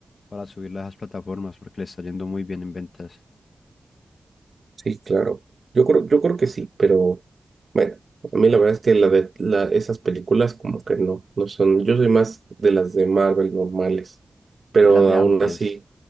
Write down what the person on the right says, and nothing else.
Sí, claro. Yo creo, yo creo que sí, pero bueno, a mí la verdad es que la de la- esas películas como que no, no son. Yo soy más de las de Marvel normales, pero
aún
así